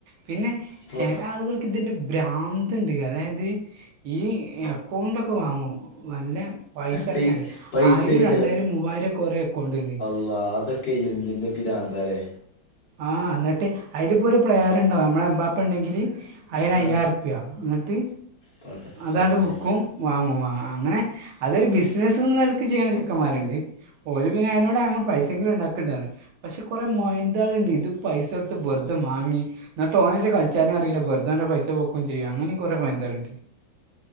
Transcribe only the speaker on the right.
പിന്നെ
ചില ആളുകൾ ഇതിൻ്റെ ബ്രാന്തു ഉണ്ട് അതായത് ഈ അക്കൗണ്ടൊക്കെ വാങ്ങും വ ല്ല പൈസ ഇറക്കണ്ട്
ആയിരം രണ്ടായിരം മൂവായിരം ഒക്കെ ഓരോ അക്കൗണ്ട് ന്
ആ എന്നിട്ട് അതിലപ്പോൊ ഒരു പ്ലെയർുണ്ടാവും നമ്മുടെ എമ്പാപ്പ ഉണ്ടെങ്കില് അയിന് അയ്യായി
രൂപ്യ എന്നിട്ട്
അതാണ്ട് വിൽക്കും വാങ്ങും വാങ്ങ അങ്ങനെ അതൊരു ബിസിനസ്സ് എന്നനെലക്ക് ചെയ്യുന്ന ചെക്കന്മാരുണ്ട് ഓ ല് പിന്നെ അതിനോട്ങ്ങനെ പൈസെങ്കിലും ഉണ്ടാക്ക് ണ്ടറി പക്ഷെ കുറെേ മ ഇതണ്ട് ഇത് പൈസ കൊടുത്ത് വെറുതെ മാങ്ങിന്ന് ട്ട് ഓനറ്റേ കളിച്ചാനും അറിയില്ലെറുതവൻന്റെ പൈസ പൊക്കും ചെയ്യും അങ്ങനെ കുറെ മൊയ ന്താലുണ്ട്